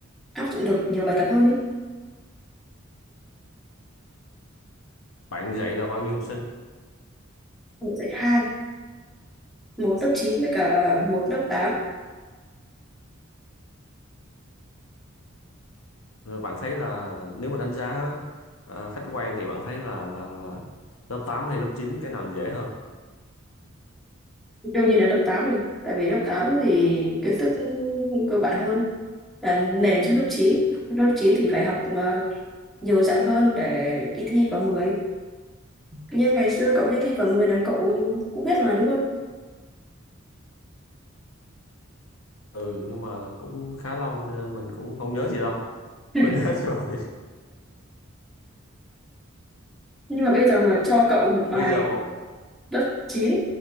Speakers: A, in the centre; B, on the left (about 80°).
A: áp dụng được nhiều bài tập hơn ý
B: bạn dạy là bao nhiêu học sinh
A: dạy hai một lớp 9 với cả một lớp 8.
B: rồi bạn thấy là nếu mà đánh giá ờ, khách quan thì bạn thấy là là là lớp 8 hay lớp 9 cái nào dễ hơn
A: đương nhiên là lớp 8 rồi tại vì lớp 8 thì kiến thức cơ bản hơn là nền cho lớp 9. lớp 9 thì phải học ờ, nhiều dạng hơn để đi thi vào 10. như ngày xưa cậu đi thi vào 10 là cậu cũng biết mà đúng không
B: ừ nhưng mà cũng khá lâu cho nên mình cũng không nhớ gì đâu
A: <laughs>
B: quên hết rồi
A: nhưng mà bây giờ mà cho cậu một bài
B: <laughs> bây giờ
A: lớp 9